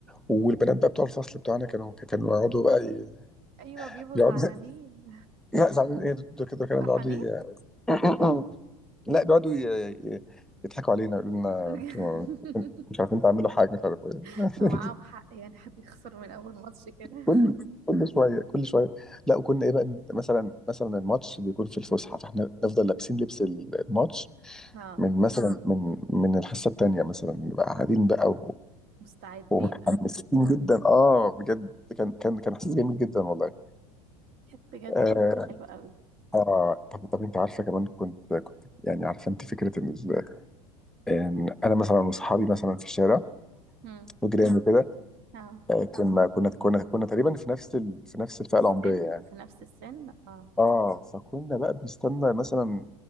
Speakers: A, in the centre; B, on the right.
A: والبنات بقى بتوع الفصل بتوعنا كانوا كانوا يقعدوا بقى ي-
B: ايوه بيبقوا
A: يقعدوا
B: زعلانين
A: <laughs> لا زعلانين ايه دول كده كانوا
B: فرحانين
A: بيقعدوا ي... <clears throat> <coughs> لا بيقعدوا ي... ي- يضحكوا علينا يقولوا لنا
B: بجد
A: انتوا مش عارفين تعملوا حاجه مش عارف ايه
B: <laughs> معاهم
A: <laughs>
B: حق يعني حد يخسر من اول ماتش كده
A: كل كل شويه كل شويه لا وكنا ايه بقى مثلا مثلا الماتش بيكون في الفسحه فاحنا نفضل لابسين لبس الماتش
B: اه
A: من مثلا من من الحصه الثانيه مثلا نبقى قاعدين بقى
B: مستعدين
A: ومتحمسين
B: قوي
A: جدا اه بجد كان كان كان احساس جميل جدا والله
B: كانت بجد
A: آه,
B: ايام حلوه قوي
A: اه طب طب انت عارفه كمان كنت كنت يعني عارفه انت فكره ان ال- ان انا مثلا واصحابي مثلا في الشارع
B: امم
A: وجيراني كده
B: اه
A: آه كنا كنا كنا كنا تقريبا في نفس ال... في نفس الفئه
B: السن
A: العمريه يعني
B: في نفس السن اه
A: اه فكنا بقى بنستنى مثلا